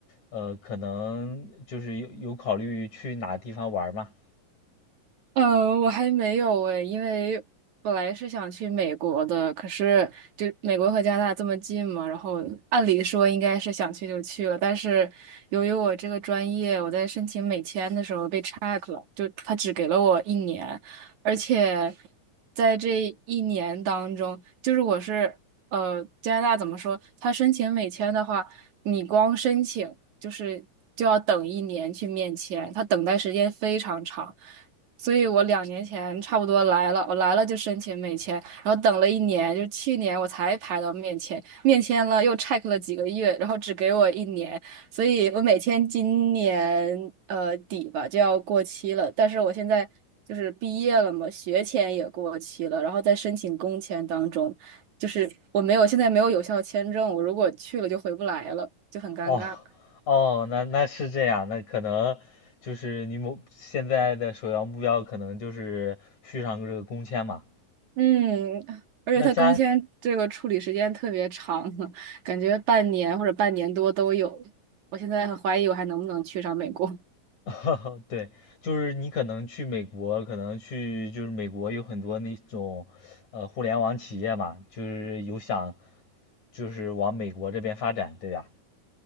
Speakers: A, on the left; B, on the right.
A: 呃，可能就是有有考虑去哪地方玩儿吗？
B: 呃，我还没有诶，因为本来是想去美国的，可是就美国和加拿大这么近嘛，然后按理说应该是想去就去了，但是由于我这个专业，我在申请美签的时候被 check 了，就他只给了我一年，而且在这一年当中，就是我是呃加拿大怎么说，他申请美签的话，你光申请就是就要等一年去面签，他等待时间非常长。所以我两年前差不多来了，我来了就申请美签，然后等了一年，就是去年我才排到面签，面签了又 check 了几个月，然后只给我一年，所以我美签今年呃底吧就要过期了，但是我现在就是毕业了嘛，学签也过期了，然后在申请工签当中，就是我没有现在没有有效签证，我如果去了就回不来了，就很尴尬。
A: 哦哦，那那是这样，那可能就是你某现在的首要目标可能就是续上这个工签嘛。
B: 嗯，而且他工签这个处理时间特别长，
A: 那加，
B: <laughs> 感觉半年或者半年多都有。我现在很怀疑我还能不能去上美国。
A: <laughs> 对，就是你可能去美国，可能去就是美国有很多那种，呃，互联网企业嘛，就是有想就是往美国这边发展，对吧？